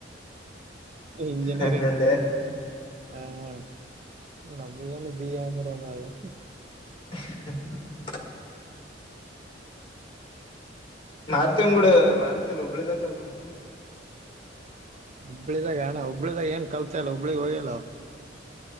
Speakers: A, on the right (about 40°); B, on the left (about 30°).
A: ಇಂಜಿನಿಯರಿಂಗ್
B: ಹೆಂಗಂದೆ
A: ಹ ನಮ್ ಬಿ ಎ ರನ ಆಗೈತಿ
B: <unintelligible> ಮಾರುತಿ <unintelligible> ಮಾರುತಿ ಅಲ್ಲಿ ಹುಬ್ಬಳಿದಾಗ ಕಲ್ತಾನೇನು
A: ಹುಬ್ಳಿದಾಗ ಏನ ಹುಬ್ಬಳಿದಾಗ ಏನ್ ಕಲ್ತ ಇಲ್ಲ ಹುಬ್ಳಿಗೆ ಹೋಗೆ ಇಲ್ಲ ಆವ.